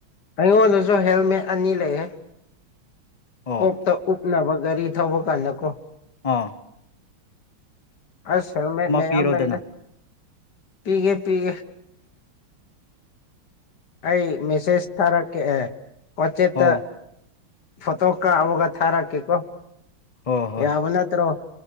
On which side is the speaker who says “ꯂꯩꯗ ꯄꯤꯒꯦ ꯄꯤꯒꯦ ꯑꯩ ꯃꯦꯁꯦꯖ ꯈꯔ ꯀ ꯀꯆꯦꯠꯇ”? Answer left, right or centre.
Left